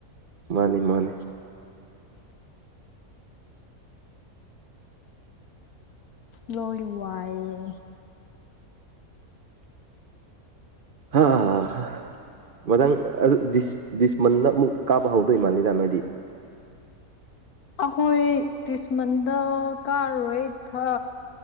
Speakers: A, on the right (about 40°); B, on the left (about 80°).
A: ꯃꯥꯅꯤ ꯃꯥꯅꯤ
B: ꯂꯣꯏꯅꯥ ꯋꯥꯏꯌꯦ
A: ꯍꯥ ꯍꯥ ꯃꯊꯪꯗꯤꯁ ꯗꯤꯁꯃꯟꯗ ꯑꯃꯨꯛ ꯀꯥꯕ ꯍꯧꯗꯣꯏ ꯃꯥꯜꯂꯤꯗ ꯅꯣꯏꯗꯤ
B: ꯑꯈꯣꯏ ꯇꯤꯁꯃꯟꯗ ꯀꯥꯔꯣꯏ ꯊꯥ